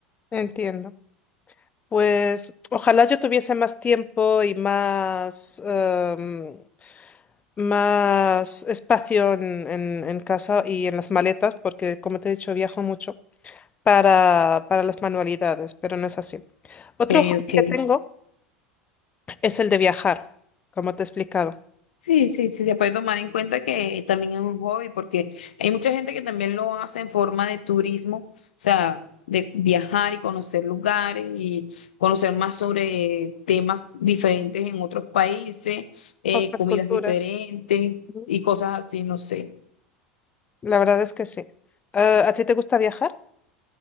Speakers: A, on the left; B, on the left.
A: Entiendo. Pues ojalá yo tuviese más tiempo y más, em, más espacio en, en en casa y en las maletas, porque como te he dicho, viajo mucho. para, para las manualidades, pero no es así. Otro
B: Ok,
A: hobby
B: ok.
A: que tengo es el de viajar, como te he explicado.
B: Sí, sí, sí, se puede tomar en cuenta que también es un hobby, porque hay mucha gente que también lo hace en forma de turismo, o sea, de viajar y conocer lugares y conocer más sobre temas diferentes en otros países, eh,
A: Otras
B: comidas
A: culturas.
B: diferentes
A: Ujú.
B: y cosas así, no sé.
A: La verdad es que sí. Eh, ¿a ti te gusta viajar?